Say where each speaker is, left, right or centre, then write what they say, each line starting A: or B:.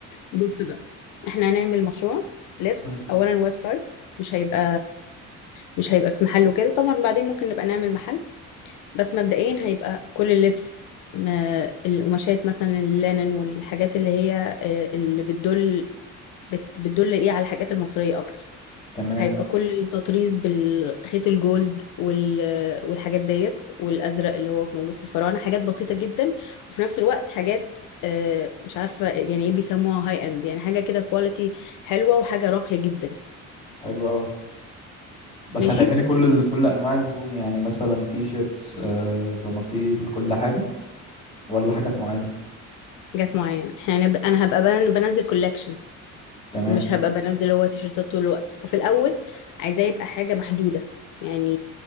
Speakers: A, on the left; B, on the left.
A: بص بقى احنا هنعمل مشروع لبس
B: مم.
A: اولا ويب سايت مش هيبقى مش هيبقى في محل وكده طبعا بعدين ممكن نبقى نعمل محل بس مبدئيا هيبقى كل اللبس ما القماشات مثلا اللينن والحاجات اللي هي آه، اللي بتدل بت- بتدل ايه على الحاجات المصرية اكتر
B: تمام
A: هيبقى كل التطريز بالخيط الجولد وال... والحاجات ديت والازرق اللي هو موجود في الفراعنه حاجات بسيطه جدا وفي نفس الوقت حاجات آه، مش عارفه يعني ايه بيسموها هاي اند يعني حاجه كده كواليتي حلوه وحاجه راقيه جدا
B: حلو قوي بس
A: ماشي
B: هتعملي كل ال... كل انواع الهدوم يعني مثلا تي شيرتس آه بناطيل كل حاجة ولا حاجات معينة
A: جت معايا احنا هنبقى- انا هبقى بن- بنزل كولكشن
B: تمام
A: مش هبقى بنزل هو تيشيرتات طول الوقت وفي الاول عايزاه يبقى حاجه محدوده يعني